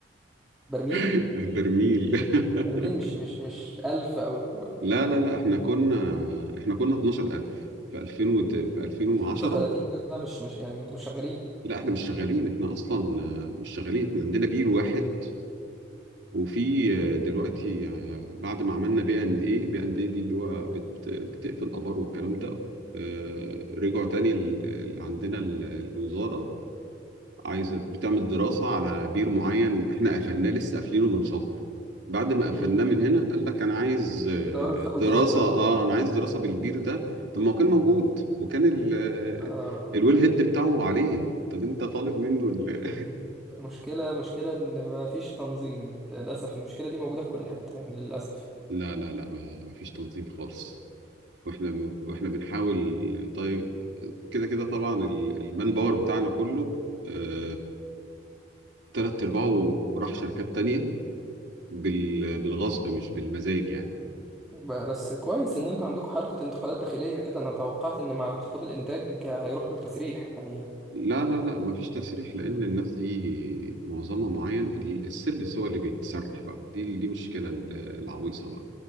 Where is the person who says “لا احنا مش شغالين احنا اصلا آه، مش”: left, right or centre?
Right